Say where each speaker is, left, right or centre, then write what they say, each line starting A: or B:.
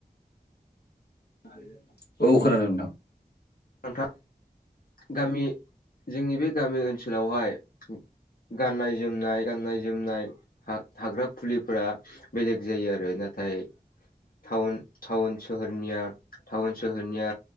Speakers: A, on the left; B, on the left.
A: <inaudible> औ खोनादों नोंथां।
B: थां गामि जोंनि बे गामि ओनसोलावहाय गाननाय जोमनाय गाननाय जोमनाय था-थाग्रा फुलिफोरा बेलेग जायो आरो नाथाय टाउन‌ टाउन सोहोरनिया टाउन सोहोरनिया